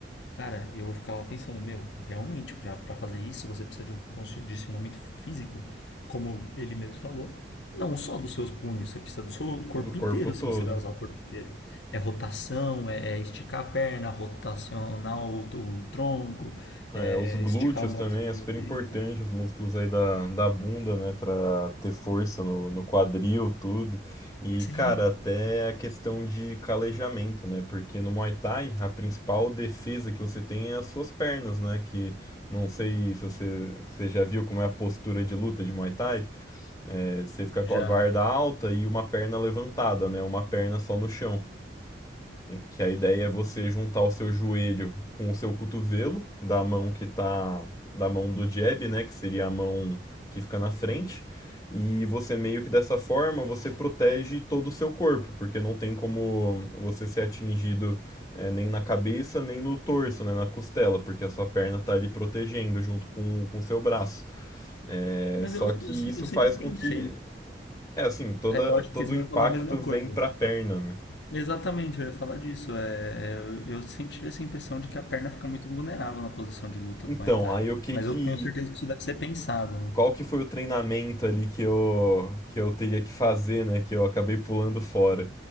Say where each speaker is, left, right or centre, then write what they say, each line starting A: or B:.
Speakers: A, on the left; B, on the left.
A: cara, eu ficava pensando, meu, realmente, para fazer isso você precisa de um condicionamento físico, como ele mesmo falou. Não só dos seus punhos, você precisa do seu corpo
B: do corpo
A: inteiro,
B: todo.
A: se você vai usar o corpo inteiro. É rotação, é, é esticar a perna, rotacionar o, o tronco,
B: É,
A: é
B: os glúteos
A: é esticar o braço
B: também
A: ao mesmo
B: é super importante,
A: tempo.
B: os músculos aí da, da bunda, né, pra ter força no, no quadril, tudo. E,
A: Sim,
B: cara, até a questão de calejamento, né, porque no Muay Thai a principal defesa que você tem é as suas pernas, né, que não sei se você, você já viu como é a postura de luta de Muay Thai, é, você fica
A: já.
B: com a guarda alta e uma perna levantada, né, uma perna só no chão que a ideia é você juntar o seu joelho com o seu cotovelo da mão que tá da mão do jab, né, que seria a mão que fica na frente, e você meio que dessa forma você protege todo o seu corpo, porque não tem como você ser atingido é, nem na cabeça, nem no torso, né, na costela, porque a sua perna tá ali protegendo junto com com o seu braço. É,
A: Mas
B: só
A: eu, eu,
B: que
A: se-
B: isso
A: eu sempre
B: faz
A: pensei
B: com que
A: né?
B: é assim, toda
A: É, eu acho
B: todo
A: que você
B: o
A: vai
B: impacto
A: falar a mesma coisa.
B: vem para a perna, né?
A: Exatamente, eu ia falar disso. É, eu, eu sempre tive essa impressão de que a perna fica muito vulnerável na posição de luta
B: Então,
A: do Muay Thai.
B: aí o que
A: Mas
B: que
A: eu tenho certeza que isso deve ser pensado, né?
B: qual que foi o treinamento ali que eu, que eu teria que fazer, né? Que eu acabei pulando fora